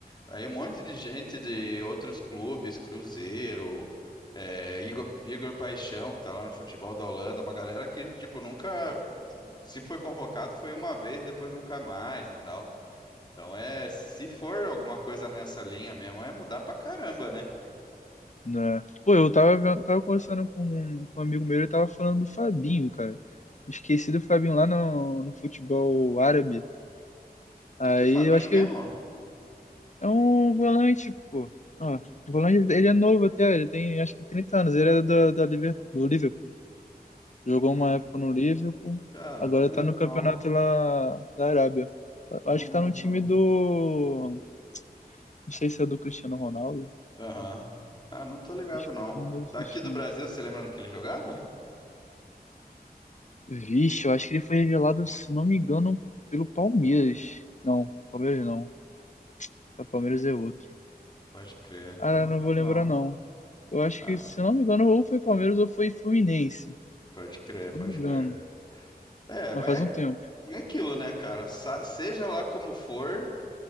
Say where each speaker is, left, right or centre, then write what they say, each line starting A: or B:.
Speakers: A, on the left (about 25°); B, on the left (about 45°).
A: aí um monte de gente de outros clubes, Cruzeiro, é, Igor, Igor Paixão, que tá lá no futebol da Holanda, uma galera que, tipo, nunca, se foi convocado, foi uma vez, depois nunca mais e tal. Então é, se for alguma coisa nessa linha mesmo, é mudar pra caramba, né?
B: né? Pô, eu tava, vendo- tava conversando com um, com um amigo meu, ele tava falando do Fabinho, cara. Esqueci do Fabinho lá no, no futebol árabe. Aí
A: Quem que é Fabinho
B: eu acho que
A: mesmo?
B: é um volante, pô. Ó, o volante, ele é novo até, ele tem acho que 30 anos. Ele é da, da Liver- do Liverpool.
A: Não,
B: Jogou uma época no Liverpool,
A: cara,
B: agora
A: não lembro
B: tá no campeonato
A: não,
B: lá da Arábia. A-
A: não
B: Acho que tá
A: lembro
B: no time do. Não sei se é do Cristiano Ronaldo.
A: Aham. Ah, não tô ligado,
B: Acho que
A: não.
B: é um desses
A: Daqui
B: times.
A: do Brasil, você lembra onde que ele jogava?
B: Vixe, eu acho que ele foi revelado, se não me engano, pelo Palmeiras. Não, Palmeiras não. Só Palmeiras é outro.
A: Pode crer.
B: Ah,
A: Não,
B: não
A: não
B: vou
A: lembro,
B: lembrar
A: não.
B: não. Eu acho
A: Ah,
B: que, se não me engano, ou foi Palmeiras ou foi Fluminense.
A: pode crer,
B: Se
A: pode
B: não me engano.
A: crer. É,
B: Mas
A: mas
B: faz um
A: é
B: tempo.
A: é aquilo, né, cara? Sa- seja lá como for,